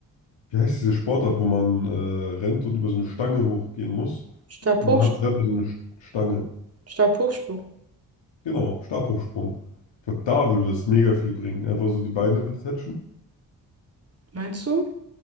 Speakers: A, on the left (about 65°); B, on the right (about 30°).
A: wie heißt diese Sportart, wo man äh, rennt und über so eine Stange hochgehen muss?
B: Stabhoch,
A: Und man hat selber so eine Sch- Stange.
B: Stabhochsprung.
A: Genau, Stabhochsprung. Ich glaube, da würde das mega viel bringen. Einfach so die Beine detachen.
B: Meinst du?